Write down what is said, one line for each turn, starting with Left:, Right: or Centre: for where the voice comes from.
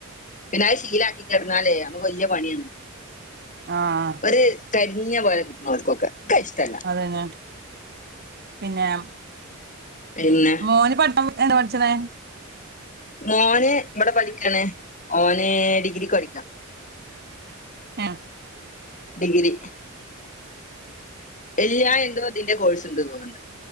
Left: പിന്നത് ശീലാക്കി കെട്ന്നാലേയ് നമ്മക്ക് വലിയ പണിയാണ്
Right: ആഹ്
Left: ഒരു കരിഞ്ഞ പോലെ കിട്ടണം അവർക്കൊക്കെ ഒക്കെ ഇഷ്ടല്ല
Right: അതന്നെ പിന്നെ
Left: പിന്നെ
Right: ഓന് പടിച്ചാബുട് എന്താ പട്ച്ച്ണ്
Left: മോന് ഇബടെ പഠിക്കണ് മോന് ഡിഗ്രിക്ക് പഠിക്ക
Right: ആഹ്
Left: ഡിഗ്രി എല്ലാ എന്തോ തിന്റെ കോഴ്സ്ണ്ട് തോന്ന്ണ്ട്